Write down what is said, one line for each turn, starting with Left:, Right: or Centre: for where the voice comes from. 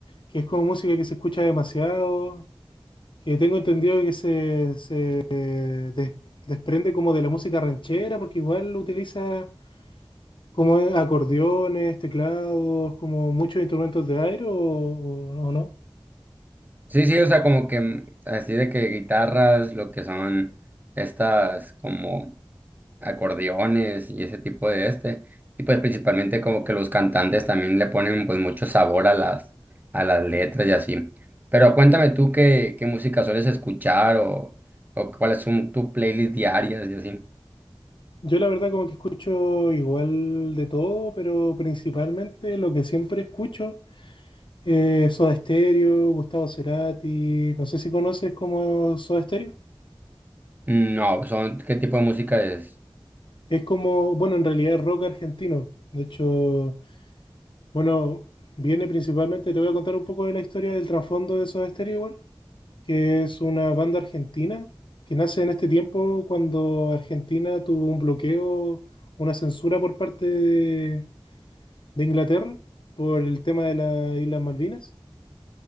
Left: que es como música que se escucha demasiado. que tengo entendido que se, se des- desprende como de la música ranchera, porque igual utiliza como acordeones, teclados, como muchos instrumentos de aire o, o no.
Right: Sí, sí, o sea, como que mm, así de que guitarras, lo que son estas como acordeones y ese tipo de este. Y pues principalmente como que los cantantes también le ponen pues mucho sabor a las, a las letras y así. Pero cuéntame tú qué, qué música sueles escuchar o, o cuáles son tus playlists diarias y así.
Left: Yo la verdad como que escucho igual de todo, pero principalmente lo que siempre escucho es Soda Stereo, Gustavo Cerati, no sé si conoces como Soda Stereo.
Right: No, son, ¿qué tipo de música es?
Left: Es como, bueno, en realidad es rock argentino. De hecho, Bueno, viene principalmente, te voy a contar un poco de la historia del trasfondo de Soda Stereo igual, que es una banda argentina que nace en este tiempo cuando Argentina tuvo un bloqueo, una censura por parte de, de Inglaterra por el tema de las Islas Malvinas.